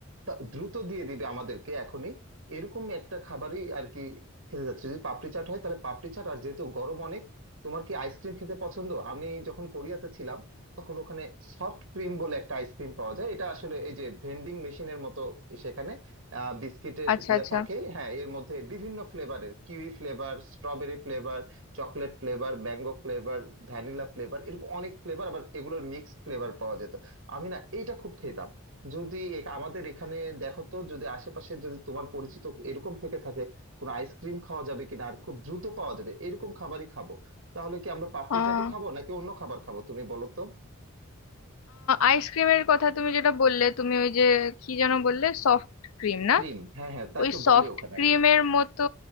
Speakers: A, on the right (about 60°); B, on the left (about 80°).
A: তা- দ্রুত দিয়ে দিবে আমাদেরকে এখনই এরকম একটা খাবারই আর কি খেতে যাচ্ছে যদি পাপড়ি চাট হয় তাহলে পাপড়ি চাট আর যেহেতু গরম অনেক তোমার কি আইসক্রিম খেতে পছন্দ আমি যখন কোরিয়াতে ছিলাম তখন ওখানে সফট ক্রিম বলে একটা আইসক্রিম পাওয়া যায় এটা আসলে এই যে ভেন্ডিং মেশিনের মতো সেখানে আহ বিস্কিটের
B: আচ্ছা
A: ইয়া
B: আচ্ছা
A: থাকে হ্যাঁ এর মধ্যে বিভিন্ন ফ্লেভারের kiwi flavour strawberry flavour chocolate flavour mango flavour vanilla flavour এরকম অনেক ফ্লেভার আবার এগুলোর মিক্সড ফ্লেভার পাওয়া যেত আমি না এইটা খুব খেতাম যদি এ- আমাদের এখানে দেখো তো যদি আশেপাশে যদি তোমার পরিচিত এরকম থেকে থাকে কোনো আইসক্রিম খাওয়া যাবে কিনা আর খুব দ্রুত পাওয়া যাবে এরকম খাবারই খাবো তাহলে কি আমরা পাপড়ি
B: আহ
A: চাটি খাবো নাকি অন্য খাবার খাবো তুমি বলো তো
B: আইসক্রিমের কথা তুমি যেটা বললে তুমি ওই যে কি যেন বললে সফট ক্রিম না
A: ক্রিম হ্যাঁ হ্যাঁ তাই
B: ওই
A: তো
B: সফট
A: বলে ওখানে
B: ক্রিমের মতো